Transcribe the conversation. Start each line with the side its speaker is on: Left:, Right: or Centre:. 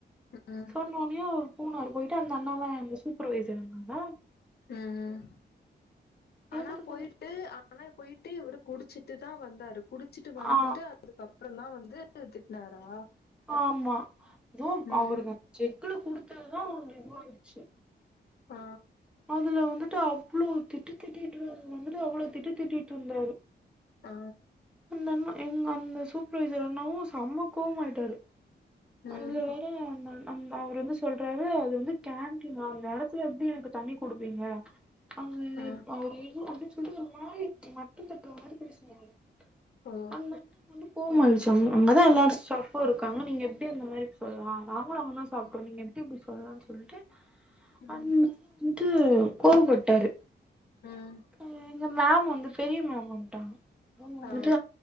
Left: உம் உம்
Centre: சொன்னோனையும் பூனாார் போயிட்டு அந்த அண்ணாதான் அந்த சூப்பர்வைசர் அண்ணாதா
Left: அ அ ஆனா
Centre: எடுத்து
Left: போயிட்டு
Centre: குடுத்
Left: அந் ஆனா போயிட்டு இவரு குடிச்சிட்டு தான் வந்தாரு குடிச்சிட்டு வந்துட்டு
Centre: ஆ
Left: அதுக்கப்புற தா வந்து திட்னாரா
Centre: ஆமா துவும்
Left: ம்
Centre: அவருக்கு அந்த செக்குல குடுத்ததுதான் நிருவாயிருச்சு
Left: ஆ
Centre: அதுல வந்துட்டு அவ்வளவு திட்டு திட்டிட்டு இரு வந்துட்டு அவ்வளோ திட்டு திட்டிட்டு இருந்தாரு
Left: ஆ
Centre: அந்தண்ணா எங்க அந்த சூப்பர்வைசர் அண்ணாவும் சம கோவமா ஆயிட்டாரு
Left: ம்
Centre: அதுல வேற அந் அண் அந் அவர் வந்து சொல்றாரு அது வந்து கேன்டினா அந்த எடத்துல எப்படி எனக்கு தண்ணி குடுப்பீங்க அது
Left: ஆ
Centre: அவ டேய்லியு அப்டின்னு சொல்லிட்டு ஒரு மாரி மட்டம் தட்டுற மாரி பேசுன்னாங்க
Left: ஓ
Centre: அந்த அண்ண வந்து கோவமாருந்துச்சு அங்கதா எல்லாரும் சாப்பும் இருக்காங்க நீங்க எப்படி அந்த மாரி சொல்லலாம் நாங்களும் அங்கதான்
Left: ம்
Centre: சாப்ட்ரோ நீங்க எப்டி இப்டி சொல்லலாம்னு சொல்லிட்டு
Left: ம்
Centre: அந்த <inaudible> வந்துட்டு கோவ் பட்டாரு
Left: ம்
Centre: அ எங்க மேம் வந்து பெரிய மேம் வந்துட்டாங்க அவுங்க வந்துட்டு
Left: ஆ